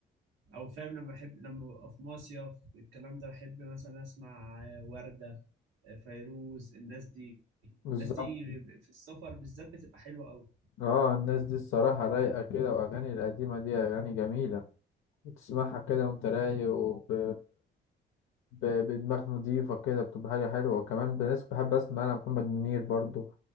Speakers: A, on the right; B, on the left.
A: او فاهم لما بحب لما ببقى في مصيف الكلام ده بحب مثلا اسمع آه، وردة آه، فيروز الناس دي
B: بالظبط
A: الناس دي في السفر بالذات بتبقى حلوة قوي
B: اه الناس دي الصراحة رايقة كده وأغاني القديمة دي أغاني جميلة بتسمعها كده وأنت رايق وب... ب... بدماغ نضيفة كده بتبقى حاجة حلوة وكمان بالناس بحب أسمع أنا محمد منير برضو